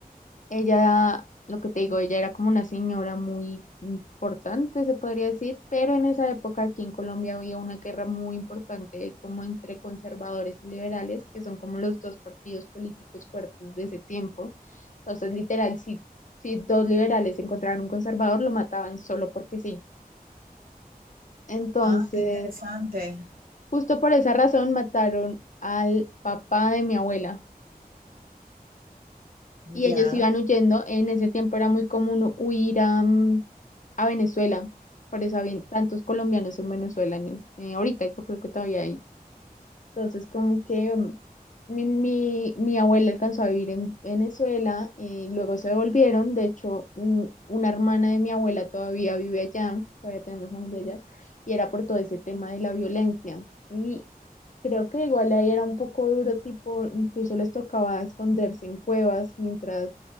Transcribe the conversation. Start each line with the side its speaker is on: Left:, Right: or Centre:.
Left: ella, lo que te digo, ella era como una señora muy importante, se podría decir, pero en esa época aquí en Colombia había una guerra muy importante como entre conservadores y liberales, que son como los dos partidos políticos fuertes de ese tiempo. Entonces, literal, si, si dos liberales encontraban un conservador, lo mataban solo porque sí. Entonces,
Right: ah, qué interesante.
Left: justo por esa razón mataron al papá de mi abuela.
Right: Ya.
Left: Y ellos iban huyendo. En ese tiempo era muy común huir a, mm, a Venezuela. Por eso había tantos colombianos en Venezuela en es- eh, ahorita, yo creo que todavía hay. Entonces, como que mm, mi, mi, mi abuela alcanzó a vivir en Venezuela, eh luego se devolvieron. De hecho, un- una hermana de mi abuela todavía vive allá, todavía tenemos familia allá, y era por todo ese tema de la violencia. Y creo que igual ahí era un poco duro, tipo, incluso les tocaba esconderse en cuevas mientras